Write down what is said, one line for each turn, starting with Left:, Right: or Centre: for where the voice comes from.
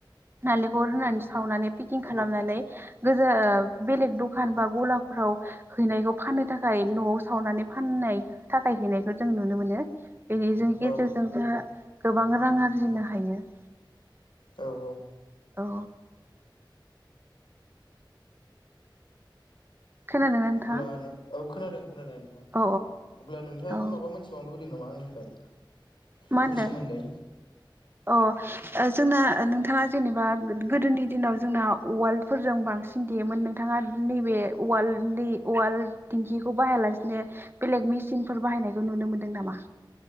Right: नालेंखर रुनानै सावनानै पेकिं खालामनानै गोजो बेलेग दखान बा गला फोराव हैनायखौ फाननो थाखाय न'आव सावनानै फाननाय थाखाय हैनायखौ जों नुनो मोनो बेनि
Left: औ
Right: गेजेरजों जोंहा गोबां रां आरजिनो हायो <inaudible>
Left: औ औ
Right: औ खोनादोंना नोंथाङा
Left: औ खोनादों खोनादों नोंथां
Right: औ
Left: अब्ला नोंथाङाबो
Right: औ
Left: माबा मोनथिबावनो लुबै बावदों नामा आंनिफ्राय
Right: मा
Left: बेनि
Right: होनदों
Left: सोमोन्दै
Right: अ जोंना नोंथाङा जेनेबा गोदोनि दिनाव जोंना उवाल फोरजों बांसिन देयोमोन नोंथाङा नैबे उवाल उवाल दिंखिखौ बाहायालासेनो बेलेग मेसिनफोर बाहायनायखौ नुनो मोन्दों नामा